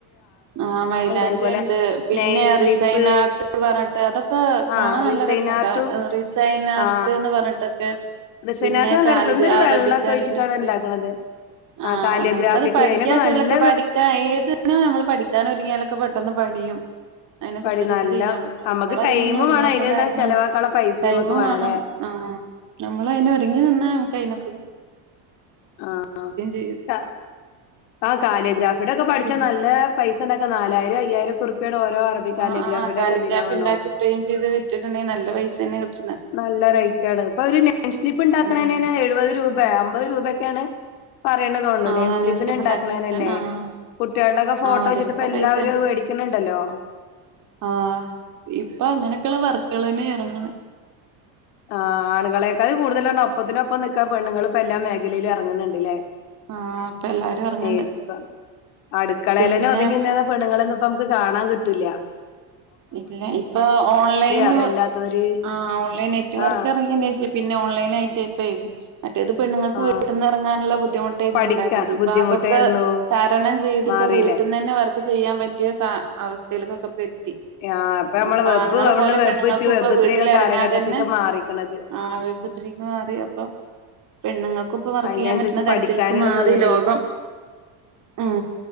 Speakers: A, on the right; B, on the left.
A: ആ മൈലാഞ്ചി
B: അതുപോലെ
A: ഉണ്ട് പിന്നെ
B: നെയിൽ സ്ലിപ്പ്
A: റിസൈൻ ആർട്ട് പറഞ്ഞിട്ട് അതൊക്കെ
B: ആ
A: കാണാൻ
B: റിസൈൻ
A: നല്ല രസാട്ടാ
B: ആർട്ടും
A: റിസൈൻ ആർട്ട്
B: ആ
A: എന്ന് പറഞ്ഞിട്ടൊക്കെ
B: റിസൈൻ
A: പിന്നെ
B: ആർട്ട് നല്ല
A: കാലിഗ്ര
B: രസം എന്തൊരു
A: അറബിക്
B: വെള്ളമൊക്കെ
A: കാലിഗ്രാഫി
B: ഒഴിച്ചിട്ടാണ് ഉണ്ടാക്കണത് ആ
A: ആഹ്
B: കാലിയോഗ്രാഫിക്ക്
A: നമുക്കത് പഠിക്കാ
B: അതിനൊക്കെ
A: വെച്ചാലൊക്കെ
B: നല്ല
A: പഠിക്കാ
B: വെ-
A: ഏത് നമ്മൾ പഠിക്കാനൊരുങ്ങിയാലൊക്കെ പെട്ടന്ന് പഠിയും അതിനെ കുുറിച്ചിട്ടൊക്കെ
B: പടി നല്ല
A: ചെയ്യാൻ പറ്റും
B: നമുക്ക്
A: നമ്മൾ അതിനൊന്നും
B: ടൈമും
A: ഒരുങ്ങാത്ത
B: വേണം അതിനുള്ള
A: കാരണം
B: ചെലവാക്കാനുള്ള പൈസ
A: ടൈം
B: നമുക്ക്
A: വേണം
B: അല്ലെ
A: ആഹ് നമ്മളതിനൊരുങ്ങി നിന്നാ നമുക്ക് അതിനൊക്കെ കി
B: ആ
A: ചെയ്യും
B: ആ ആ കാലയോഗ്രാഫിയുടെയൊക്കെ പഠിച്ച
A: പിന്നെ
B: നല്ല പൈസ ഉണ്ടാക്കാം നാലായിരം അയ്യായിരമൊക്കെ ഇപ്പോ ഇവിടെ ഓരോ അറബി കാലിഗ്രാഫിയുടെയൊക്കെ
A: ആഹ് ആഹ് കാലിഗ്രാഫി
B: ഇതിന് വേണോ
A: ഉണ്ടാക്കി ഫ്രെയിം ചെയ്ത് വിറ്റിട്ടുണ്ടെങ്കിൽ നല്ല പൈസ തന്നെ കിട്ടുന്നെ
B: നല്ല റേറ്റ് ആണ് ഇപ്പൊ ഒരു നെയിം സ്ലിപ്പ് ഉണ്ടാക്കണന്
A: ഉം
B: എഴുപത് രൂപ അമ്പത് രൂപയക്കെയാണ് പറയണ്ടതൊണ്ടൊ
A: ആഹ്
B: നെയിം സ്ലിപ്പിന്
A: ന്യൂസ് പേപ്പർ
B: ഇണ്ടാക്കണെന്നെ
A: ഉണ്ടാക്കി വെക്കാൻ ആഹ്
B: കുട്ടികളുടെക്കെ ഫോട്ടോ
A: ആഹ്
B: വെച്ചിട്ടിപ്പം
A: അതിനൊക്കെ
B: എല്ലാവരും
A: പൈസണ്ട്
B: അത് മേടിക്കണുണ്ടല്ലോ.
A: ആഹ് ഇപ്പൊ അങ്ങനെക്കെള്ള വർക്കുകളന്നെ ഇറങ്ങണെ.
B: ആഹ് ആണുകളെക്കാലും കൂടുതലെണ്ണം ഒപ്പത്തിനൊപ്പം നിക്കാൻ പെണ്ണുങ്ങളിപ്പൊ എല്ലാ മേഖലയിലും എറങ്ങണിണ്ടില്ലേ
A: ആഹ് ഇപ്പൊ എല്ലാരും ഇറങ്ങണ്ട്
B: ഇപ്പം അടുക്കളയിലന്നെ
A: പിന്നെ
B: ഒതുങ്ങിനിന്നിരുന്ന പെണ്ണുങ്ങളെ ഒന്നും ഇപ്പം നമുക്ക് കാണാൻ കിട്ടില്ല.
A: ഇല്ല ഇപ്പൊ ഓൺലൈന്
B: അതല്ലാത്തോര്
A: ആഹ് ഓൺലൈൻ നെറ്റ്‌വർക്ക്
B: ആ
A: എറങ്ങിയേനേഷം പിന്നെ ഓൺലൈൻ ആയിട്ട് ഇപ്പേ മറ്റേത് പെണ്ണുങ്ങക്ക്
B: ആ
A: വീട്ട്ന്ന് ഇറങ്ങാനുള്ള ബു ദ്ധിമുട്ടായിരുന്നു
B: പഠിക്കാൻ
A: ഇണ്ടായിരുന്നത് ഇപ്പൊ
B: ബുദ്ധിമുട്ടായിരുന്നു
A: അതൊക്കെ തരണം ചെയ്തിപ്പോ
B: മാറിയില്ല
A: വീട്ട്ന്ന് തന്നെ വർക്ക് ചെയ്യാൻ പറ്റിയ സാ അവസ്ഥയിലേക്കൊക്കെ ഇപ്പ എത്തി.
B: ആഹ് ഇപ്പൊ നമ്മളെ
A: അപ്പൊ
B: വെബ്
A: ആണുങ്ങളെ
B: വണ്
A: പോലെ
B: വെബ്
A: പെണ്ണുങ്ങക്കും
B: ടു
A: ഇപ്പൊ
B: വെബ്
A: വീട്ടിലെറങ്ങാതെ
B: ത്രീ ഒക്കെ കാലഘട്ടത്തിക്ക്
A: തന്നെ
B: മാറിക്കണത്
A: ആ <unintelligible> മാറി അപ്പൊ പെണ്ണുങ്ങ ക്കും ഇപ്പം വർക്ക്
B: അതിനനുസരിച്ച്
A: ചെയ്യാൻ പറ്റണ തരത്തിലേക്ക്
B: പഠിക്കാനുള്ള
A: മാറി
B: സൗകര്യായി
A: ലോകം ഉം